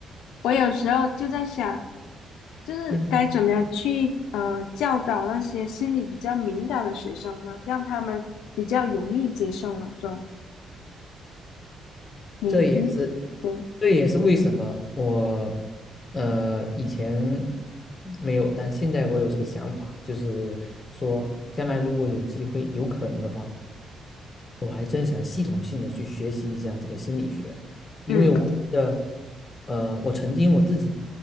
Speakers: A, on the left; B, on the left.
A: 我有时候就在想，就是该怎么样去呃教导那些心理比较敏感的学生呢，
B: 嗯，
A: 让他们比较容易接受呢？这种你你对，
B: 这也是，这也是为什么我，呃，以前没有，但现在我有这个想法，就是说，将来如果有机会、有可能的话，我还真想系统性的去学习一下这个心理学，因为我的，
A: 嗯
B: 呃，我曾经我自己